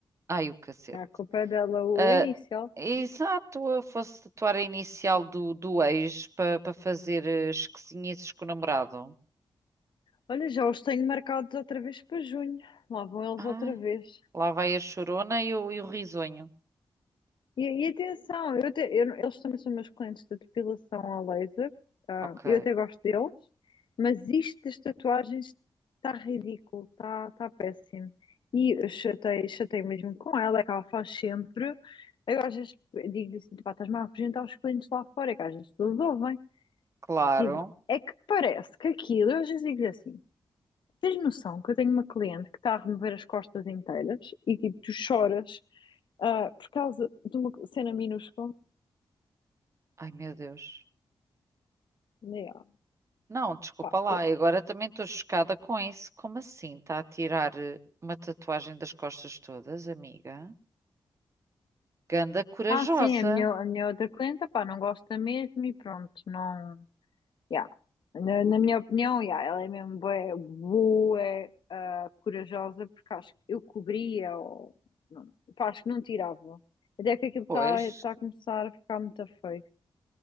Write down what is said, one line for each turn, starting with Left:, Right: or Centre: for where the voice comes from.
Right: Ai, o cacete.
Left: Ah, A culpa é dela, o
Right: Ah,
Left: inicial.
Right: exato, eu fosse tatuar a inicial do, do ex para fazer eh, esquisinices com o namorado.
Left: Olha, já os tenho marcados outra vez para junho. Lá vão eles
Right: Ai,
Left: outra vez.
Right: lá vai a chorona e o, e o risonho.
Left: E, e atenção, eu te- eu- eles também são meus clientes de depilação a laser. ah,
Right: Ok,
Left: eu até gosto deles, mas isto das tatuagens está ridículo, está tá tá péssimo. E eu chatei, chatei mesmo com ela, é que ela faz sempre. Eu às vezes digo-lhe assim, pá, estás-me a apresentar os clientes lá fora, é que às vezes eles ouvem.
Right: claro.
Left: Tipo, é que parece que aquilo, eu às vezes digo-lhe assim, tens noção que eu tenho uma cliente que está a remover as costas inteiras e tipo, tu choras ah, por causa de uma cena minúscula.
Right: Ai, meu Deus.
Left: Yeah,
Right: Não, desculpa
Left: pá,
Right: lá,
Left: eu-
Right: eu agora também estou chocada com isso. Como assim? Está a tirar eh, uma tatuagem das costas todas, amiga? Ganda corajosa.
Left: Ah, sim, a minha, a minha outra cliente, pá, não gosta mesmo e pronto, não. Yeah. Na, na minha opinião, yeah, ela é mesmo bué, bué, ah, corajosa, porque acho que eu cobria, ou, não, pá, acho que não tirava. Até que aquilo está
Right: Pois,
Left: tá tá a começar a ficar muito feio.